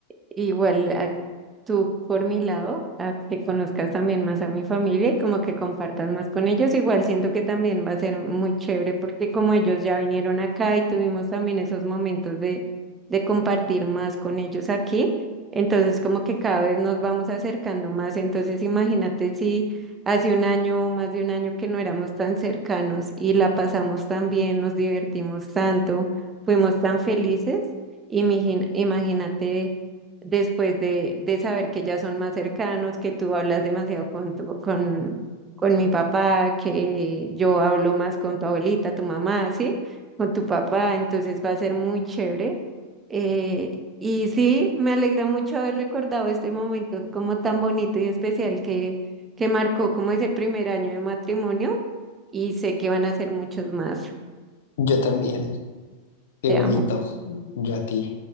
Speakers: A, on the right; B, on the left.
A: Igual a- tú por mi lado, a que conozcas también más a mi familia y como que compartas más con ellos, igual siento que también va a ser muy chévere porque como ellos ya vinieron acá y tuvimos también esos momentos de, de compartir más con ellos aquí, entonces como que cada vez nos vamos acercando más, entonces imagínate si hace un año o más de un año que no éramos tan cercanos y la pasamos tan bien, nos divertimos tanto, fuimos tan felices, imagin- imagínate después de, de saber que ya son más cercanos, que tú hablas demasiado con tu- con, con mi papá, que yo hablo más con tu abuelita, tu mamá, ¿sí? Con tu papá, entonces va a ser muy chévere. Eh, y sí, me alegra mucho haber recordado este momento como tan bonito y especial que, que marcó como ese primer año de matrimonio y sé que van a ser muchos más.
B: Yo también, qué
A: Te
B: bonito,
A: amo.
B: yo a ti.